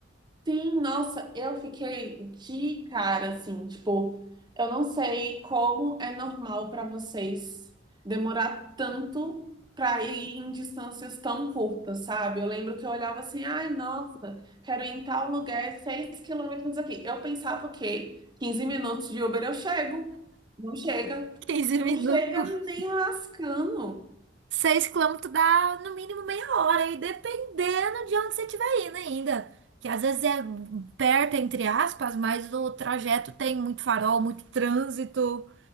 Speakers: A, on the right (about 25°); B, on the right (about 65°).
A: Sim, nossa, eu fiquei de cara, assim, tipo, eu não sei como é normal para vocês demorar tanto para ir em distâncias tão curtas, sabe? Eu lembro que eu olhava assim, ai, nossa, quero ir em tal lugar, é seis quilômetros aqui. Eu pensava o quê? 15 minutos de Uber eu chego. Não chega.
B: <laughs> quinze
A: Não
B: minutos.
A: chega nem lascando.
B: Seis quilômetros dá no mínimo meia hora, e dependendo de onde você estiver indo ainda. Que às vezes é perto, entre aspas, mas o trajeto tem muito farol, muito trânsito,